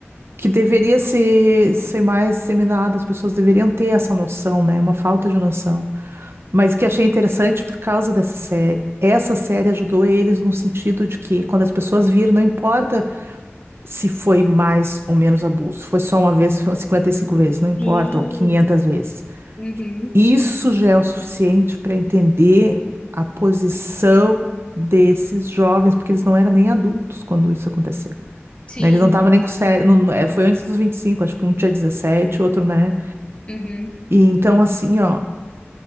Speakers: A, on the right; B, on the left.
A: que deveria ser, ser mais disseminada, as pessoas deveriam ter essa noção, né? Uma falta de noção. Mas que achei interessante por causa dessa série. Essa série ajudou eles no sentido de que, quando as pessoas viram, não importa se foi mais ou menos abuso, foi só uma vez, foi 55 vezes, não importa,
B: Sim.
A: ou 500 vezes.
B: Uhum,
A: Isso já é o suficiente para entender a posição desses jovens, porque eles não eram nem adultos quando isso aconteceu
B: sim,
A: né? Eles não estavam
B: aham,
A: nem com sério. não- é, foi antes dos 25, acho que um tinha 17, outro, né?
B: uhum.
A: E então, assim, ó,